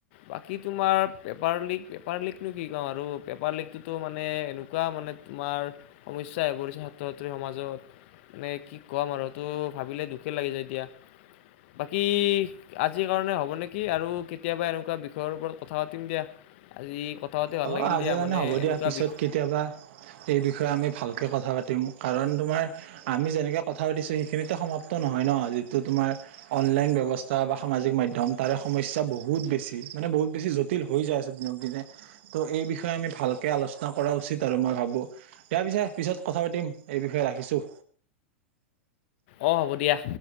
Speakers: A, on the left; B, on the right.
A: বাকী তোমাৰ পেপাৰ লিক, পেপাৰ লিকনো কি কম আৰু পেপাৰ লিকটোতো মানে এনেকুৱা মানে তোমাৰ সমস্যাই পৰিছে ছাত্ৰ-ছাত্ৰীৰ সমাজত। নে কি কম আৰু তো ভাবিলে দুখে লাগি যাই এতিয়া। বাকী আজিৰ কাৰণে হ'ব নেকি আৰু কেতিয়াবা এনেকুৱা বিষয়ৰ ওপৰত কথা পা টিম দিয়া আজি কথা পাতি ভাল
B: অ',
A: লাগিল
B: আজিৰ
A: দিয়া
B: কাৰণে
A: মানে
B: হ'ব দিয়া।
A: এনেকুৱা
B: পিছত
A: বিষ
B: কেতিয়াবা এই বিষয়ে আমি ভাল কথা পাতিম, কাৰণ তোমাৰ আমি যেনেকৈ কথা পাতিছোঁ সেইখিনিতেো সমাপ্ত নহয় ন যিটো তোমাৰ অনলাইন ব্যৱস্থা বা সামাজিক মাধ্যম তাৰে সমস্যা বহুত বেছি, মানে বহুত বেছি জটিল হৈ যায়। <unintelligible> ত' এই বিষয়ে আমি ভালকে আলোচনা কৰা উচিত আৰু মই ভাবো। দিয়া পিছে পিছত কথা পাতিম এই বিষয়ে। ৰাখিছোঁ।
A: অ', হ'ব দিয়া।